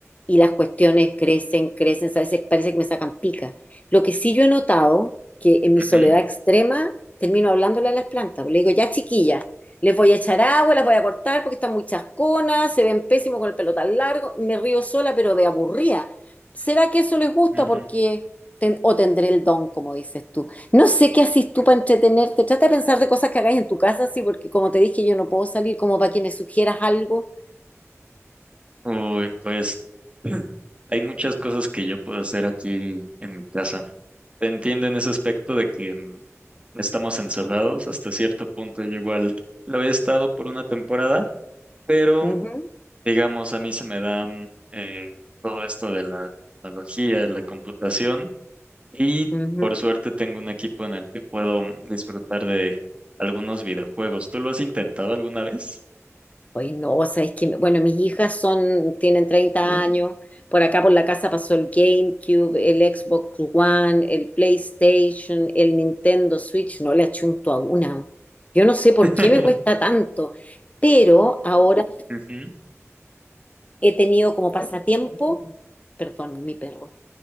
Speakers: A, on the left (about 30°); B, on the right (about 25°).
A: Y las cuestiones crecen, crecen, a veces parece que me sacan pica. Lo que sí yo he notado, que en mi
B: Ujú,
A: soledad extrema, termino hablándole a las plantas, le digo, ya chiquilla, les voy a echar agua, las voy a cortar porque están muy chasconas, se ven pésimos con el pelo tan largo, me río sola, pero de aburrida. ¿Será que eso les gusta?
B: ujú.
A: Porque ten- o tendré el don, como dices tú. No sé qué haces tú para entretenerte. Trata de pensar de cosas que hagáis en tu casa, sí, porque como te dije, yo no puedo salir, como para que me sugieras algo.
B: Uy, pues hay muchas cosas que yo puedo hacer aquí en mi casa. Te entiendo en ese aspecto de que mm, estamos encerrados hasta cierto punto. Yo igual lo he estado por una temporada, pero
A: Ujú,
B: Digamos, a mí se me da mm, eh, todo esto de la tecnología, la computación y
A: ujú.
B: por suerte tengo un equipo en el que puedo mm, disfrutar de algunos videojuegos. ¿Tú lo has intentado alguna vez?
A: Oye, no, o sea, es que, bueno, mis hijas son, tienen 30 años. Por acá por la casa pasó el GameCube, el Xbox One, el PlayStation, el Nintendo Switch. No le achunto a una. Yo no sé
B: <laughs>
A: por qué me cuesta tanto, pero ahora
B: Ujú,
A: he tenido como pasatiempo, perdón, mi perro.